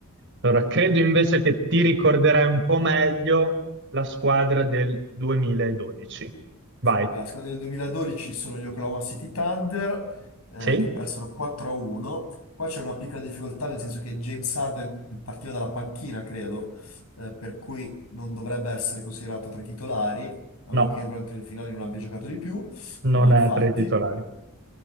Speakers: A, on the right; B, on the left.
A: Allora, credo invece che ti ricorderai un po' meglio la squadra del 2012. Vai.
B: Allora, La squadra del 2012 sono gli Oklahoma City Thunder, eh,
A: Sì?
B: che persero 4-1. Qua c'è una piccola difficoltà, nel senso che James Harden partiva dalla panchina, credo, eh, per cui non dovrebbe essere considerato tra i titolari, a
A: No,
B: meno che durante il finale non abbia giocato di più.
A: non
B: No, infatti.
A: è tra i titolari.